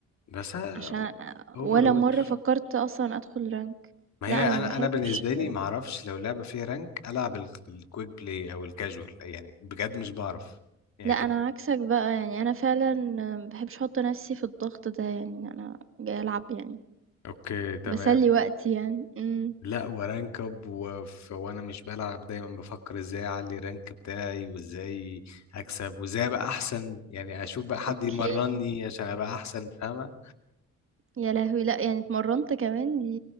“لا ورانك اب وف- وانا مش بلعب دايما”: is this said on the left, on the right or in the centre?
Left